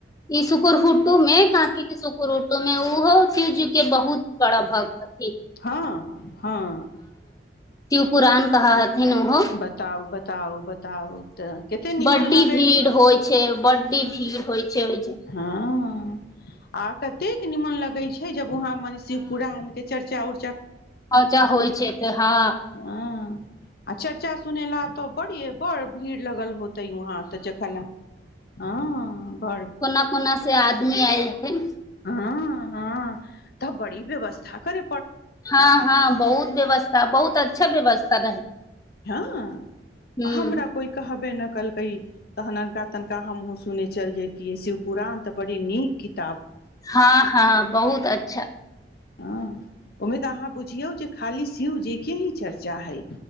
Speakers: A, on the left (about 20°); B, on the left (about 55°).
A: ई शकुर फुटटू मे काँपी के सुक प ओहिमे ओहो च ज के बहुत बड़ा भक्त छथिन
B: हँ हँ
A: पुराण कहा हथिन ओहो
B: बताउ बताउ बताउ तऽ कते नीमन
A: बड्डी
B: लगे
A: भीड़ होइ बड्डी भीड़ होइ छै ओहि
B: हँ आ तेक निीमन लगै छै जब वहा मने शिव पुरा आन के चर्चा उ
A: आजा होइ छै तऽ हँ
B: हँ आ चर्चा सुने ल तऽ बड़िए बड़ भीड़ लगल होत त हँ तऽ जखन ह ब
A: कोना कोना से आदमी आइ छथिी
B: ह हँ तऽ बड़ी व्यवस्था कर
A: हँ हँ बहुत व्यवस्था बहुत अच्छा व्यवस्था रहै
B: हँ
A: हूँ
B: हमरा कोइ कहबे नहि कहलकै तहनननका तनिका हमहुँ सुन चलि जैतियै शिव पुराण तऽ बड़ी नीक क
A: हँ हँ बहुत अच्छा
B: हँ ओहिमे तऽ अहाँ बुझियौ जे खाली सीू जे के ही चर्चा हइ